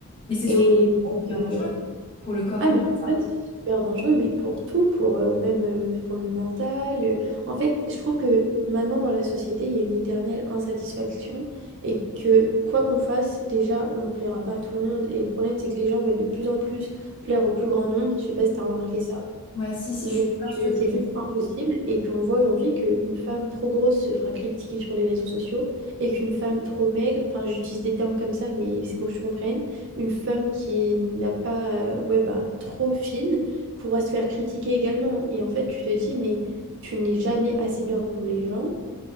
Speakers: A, on the left (about 25°); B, on the right (about 55°).
A: Mais c'est
B: Et
A: surtout
B: les modes,
A: hyper
B: euh,
A: dangereux pour le corps
B: Ah,
A: de
B: mais en
A: faire ça.
B: fait, c'est super dangereux, mais pour tout, pour euh, même euh, pour le mental. euh. En fait, je trouve que maintenant dans la société, il y a une éternelle insatisfaction et que quoi qu'on fasse, déjà, on ne plaira pas à tout le monde. Et le problème, c'est que les gens veulent de plus en plus plaire au plus grand nombre. Je sais pas si tu as remarqué ça
A: Ouais, si, si,
B: mais
A: je suis d'accord, je
B: que
A: te
B: c'est juste impossible et qu'on voit aujourd'hui qu'une femme trop grosse se fera critiquer sur les réseaux sociaux et qu'une femme trop maigre, enfin j'utilise des termes comme ça, mais c'est pour que tu comprennes, une femme qui n'a pas, euh, ouais, bah, trop fine pourra se faire critiquer également. Et en fait, tu te dis, mais tu n'es jamais assez bien pour les gens